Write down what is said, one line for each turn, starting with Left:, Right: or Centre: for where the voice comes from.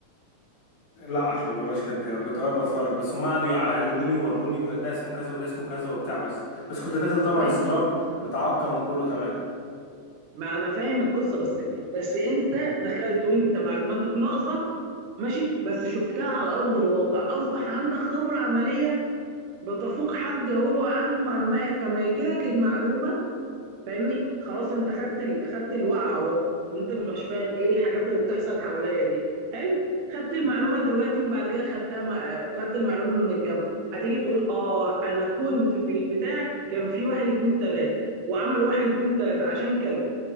Left: لا عشان ما بقاش كداب انا كنت واقف بتفرج بس هم قعدوا يعلموني ويوروني وده اسمه كذا وده اسمه كذا وبتاع بس بس كنت داخل طبعا
Right: طيب
Left: سكراب متعقم كله تمام
Right: ما انا فاهم القصه بس بس انت دخلت وانت معلوماتك ناقصه ماشي بس شفتها على ارض الواقع اصبح عندك خبره عمليه بتفوق حد هو عنده معلومات فما يجي لك المعلومه فاهمني خلاص انت خدت ال... خدت الوقعه اهو ان انت مش فاهم ايه الحاجات اللي بتحصل حواليا دي حلو خدت المعلومه دلوقتي وبعد كده خدتها مع... خدت المعلومه من الجامعه هتيجي تقول اه انا كنت في البتاع كان في واحد اتنين تلاته وعمل واحد اتنين تلاته عشان كده